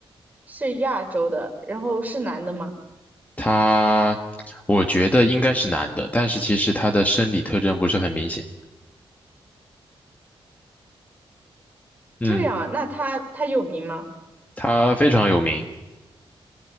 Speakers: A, on the right; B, on the left.
A: 是亚洲的，然后是男的吗？
B: 他，我觉得应该是男的，但是其实他的生理特征不是很明显，嗯，
A: 这样啊，那他他有名吗？
B: 他非常有名，